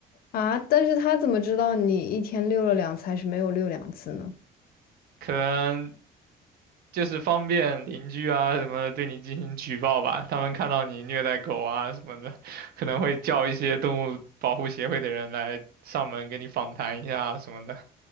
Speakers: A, on the left; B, on the right.
A: 啊。但是它怎么知道你一天遛了两次还是没有遛两次呢？
B: 可能就是方便邻居啊什么的对你进行举报吧，他们看到你虐待狗啊什么的，可能会叫一些动物保护协会的人来上门给你访谈一下啊什么的。